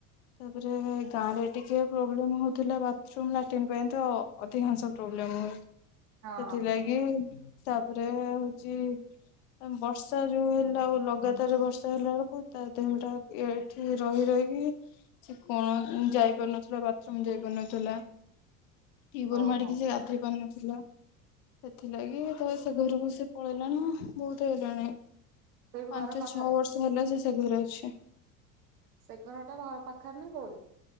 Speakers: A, on the left; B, on the right.
A: ତାପରେ ଗାଁ ରେ ଟିକେ ପ୍ରୋବ୍ଲେ ହଉଥିଲା ବାଥରୁମ ଲାଟ୍ରିନ୍ ପାଇଁ ତ ଅଧିକାଂଶ ପ୍ରୋବ୍ଲେମ ହୁଏ।
B: ହଁ
A: ସେଥିଲାଗି ତାପରେ ହଉଛି ବର୍ଷା ଯୋଉ ହେଲା ଆଉ ଲଗ ଲଗାତରେ ବର୍ଷା ହେଲା ବେଳକୁ, ତା ଦେହ ଟା ଏଠି ରହି ରହିକି ସେ କଣ ଯାଇପାରୁନଥିଲା, ବାଥରୁମ ଯାଇ ପାରୁନଥିଲା। ଟିବୋଲ୍
B: ଓହୋ
A: ମାଡିକି ସେ ଗାଧୋଇ ପାରୁନଥିଲା। ତ ସେଥିଲାଗି ତ ସେ ଘରକୁ ସେ ପଳେଇଲାଣି ବହୁତ ହେଲାଣି।
B: ସେଇଠୁ
A: ପାଞ୍ଚ
B: ଘର ପାଖରେ
A: ଛଅ ବର୍ଷ ହେଲା ସେ ଘରେ ଅଛି।
B: ସେ ଘର ଟା ଘର ପାଖରେ ନା କୋଉଠି।